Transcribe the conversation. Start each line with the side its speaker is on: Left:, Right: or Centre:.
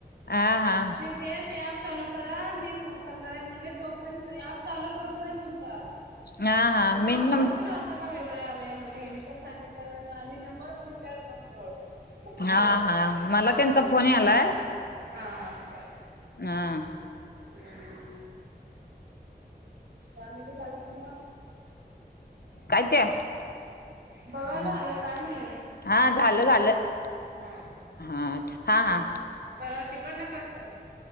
Left: हा हा
Right: ते ते ऍप चालू करा मी फोन करणार आहे म्हणज तोपर्यंत ऍप चालू करोपर्यंत तुमचा आला
Left: हा हा
Right: मग
Left: मी
Right: आवाज
Left: न
Right: तर अस क काय वेगळं आलंय म्हटलं हेनी तर सांगितल्या आणि नंबर बघितल्यावर मग ओळखलं
Left: हा
Right: होय
Left: हा मला
Right: नाव
Left: त्यांचा
Right: बघितलं
Left: फोन आलाय
Right: हा हाचा
Left: हां
Right: हम् जाामी झालं प म
Left: कायत हम्
Right: बघा झालं काय म्हणलं
Left: हा झालं झालं
Right: हा
Left: हा हां हां
Right: तर तिकड न कस कराय त